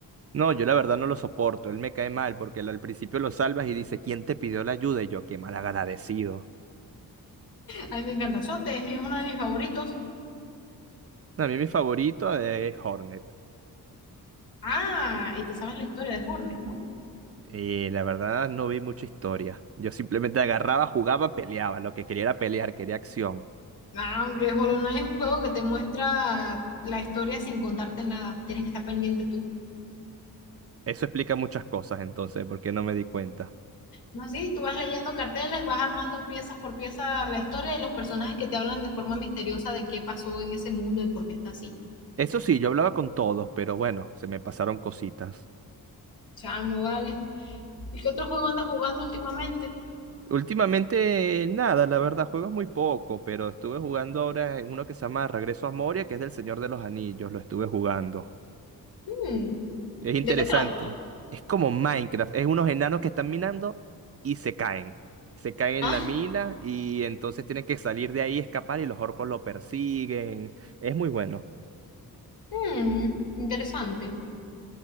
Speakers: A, on the right; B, on the left.
A: no, yo la verdad no lo soporto, él me cae mal porque él al principio lo salvas y dice, ¿quién te pidió la ayuda? Y yo, qué mal agradecido.
B: A mí me encanta Sote, es mi- es uno de mis favoritos.
A: A mí mi favorito es Hornet.
B: Ah, y te sabes la historia de Hornet, ¿no?
A: Y la verdad no vi mucha historia. Yo simplemente agarraba, jugaba, peleaba. Lo que quería era pelear, quería acción.
B: Ah, hombre, Hollow Knight es un juego que te muestra la historia sin contarte nada. Tienes que estar pendiente tú.
A: Eso explica muchas cosas, entonces, porque no me di cuenta.
B: No, sí, tú vas leyendo carteles, vas armando piezas por pieza la historia y los personajes que te hablan de forma misteriosa de qué pasó en ese mundo y por qué está así.
A: Eso sí, yo hablaba con todos, pero bueno, se me pasaron cositas.
B: Chamo, vale. ¿Y qué otro juego andas jugando últimamente?
A: Últimamente, nada, la verdad, juegos muy poco, pero estuve jugando ahora en uno que se llama Regreso a Moria, que es del Señor de los Anillos, lo estuve jugando.
B: Hmm,
A: Es interesante.
B: ¿de qué trata?
A: Es como Minecraft, es unos enanos que están minando y se caen. Se caen en
B: Ah,
A: la mina y entonces tienen que salir de ahí, escapar y los orcos lo persiguen. Es muy bueno.
B: hmm, interesante.